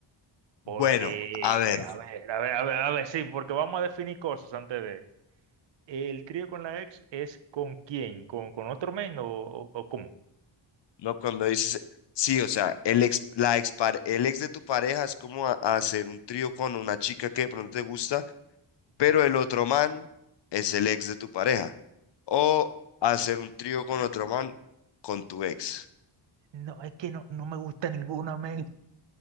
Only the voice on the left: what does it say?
Bueno,
a ver,
no cuando dices, sí, o sea, el ex, la ex, el ex de tu pareja es como a- hacer un trío con una chica que de pronto te gusta, pero el otro man es el ex de tu pareja. O hacer un trío con otro man con tu ex. <laughs>